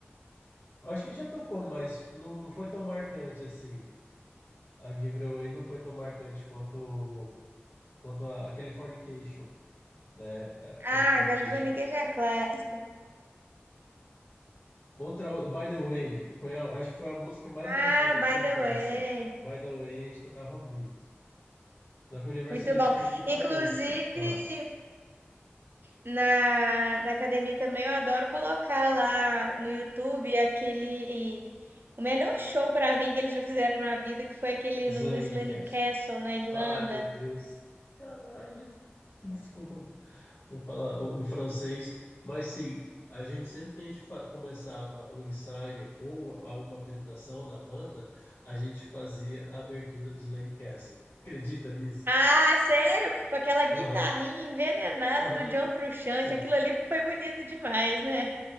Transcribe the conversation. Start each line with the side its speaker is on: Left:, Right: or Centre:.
Left: eu acho que a gente já tocou, mas não, não foi tão marcante assim. A Give It Away não foi tão marcante quanto, quanto a, a Californication, né? A
Right: Ah,
Left: Californication.
Right: Californication é clássica.
Left: Outra, By the Way, foi a- acho que foi a música que mais
Right: Ah,
Left: marcou a nossa
Right: By
Left: infância.
Right: the Way.
Left: By the Way, a gente tocava muito. Só que Universally
Right: Muito bom.
Left: Speaking foi
Right: Inclusive,
Left: a última. Ah,
Right: na, na academia também eu adoro colocar lá no YouTube aquele O melhor show pra mim que eles já fizeram na vida, que foi aquele
Left: Slane
Right: no Islane
Left: Castle.
Right: Castle, na Irlanda.
Left: Ai, meu Deus. Caralho. Desculpa o, pala- o meu francês, mas sim, a gente sempre que a gente fa- começava um ensaio ou a- uma apresentação na banda, a gente fazia a abertura do Slane Castle. Acredita nisso?
Right: Ah, sério? Com aquela guitarrinha
Left: Aham,
Right: envenenada
Left: aham.
Right: do John Frusciante,
Left: Sim.
Right: aquilo ali foi bonito demais, né?